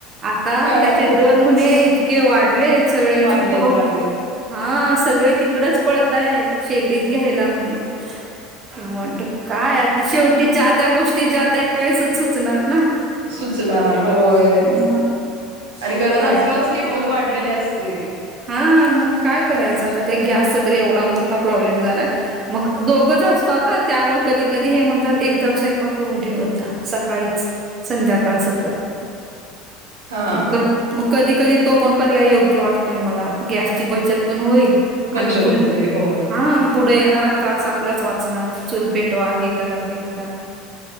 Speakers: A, on the right (about 40°); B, on the right (about 80°).
A: आता
B: हा
A: त्याचे दर म्हणे, इतके वाढले. सगळ्यांची
B: वाढलेत
A: धावत
B: वाढलेत
A: हा सगळे तिकडच पळताय. शेगडीच घ्यायला म्हणे. म्हणटल काय आता. शेवटी ज्या त्या गोष्टी, ज्या त्या वेळेसच सुचणार ना.
B: सुचणार होय.
A: मग
B: आणि गरज
A: काय
B: असल्यावच किंमत वाढलेली असते.
A: हा मग काय करायचं आता. ते गॅसचा तर एवढा मोठा प्रॉब्लेम झालाय. मग दोघच असतो आता. त्यामुळे कधी कधी हे म्हणतात. एकदा स्वयंपाक करून ठेवत जा. सकाळीच. संध्याकाळ सकट.
B: हा
A: म, क, मग, कधी कधी तो पण, पर्याय योग्य वाटतो. यमला. गॅसची बचत पण होईल.
B: बचत
A: आणि पुढ
B: होते होय
A: हा पुढं येणारा त्रास आपल्याच वाचणार. चुल पेटवा हे करा. ते करा.